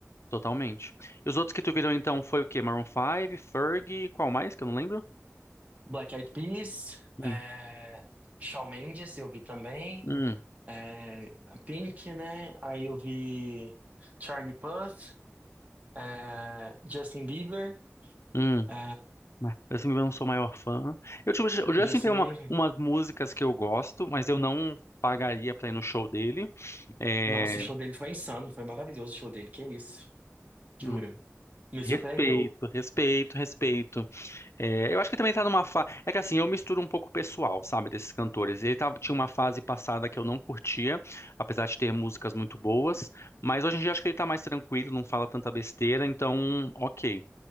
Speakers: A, on the left (about 60°); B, on the right (about 30°).
A: totalmente? E os outros que tu viram então foi o quê? Maroon Five, Fergie, qual mais que eu não lembro?
B: Black Eyed Peas,
A: Hum,
B: é, Shawn Mendes eu vi também,
A: hum,
B: é, Pink, né? Aí eu vi Charlie Puth, é, Justin Bieber,
A: hum.
B: é,
A: Mas, assim, eu não sou o maior fã. Eu, tipo, o Justin
B: Justin
A: tem uma,
B: Bieber.
A: umas músicas que eu gosto, mas eu não pagaria pra ir no show dele. É,
B: Nossa, o show dele foi insano, foi maravilhoso o show dele, que isso,
A: hum,
B: juro. Me
A: respeito,
B: surpreendeu.
A: respeito, respeito. É, eu acho que também tá numa fase. É que assim, eu misturo um pouco o pessoal, sabe, desses cantores. Ele tava, tinha uma fase passada que eu não curtia, apesar de ter músicas muito boas. Mas hoje em dia acho que ele tá mais tranquilo, não fala tanta besteira, então, ok.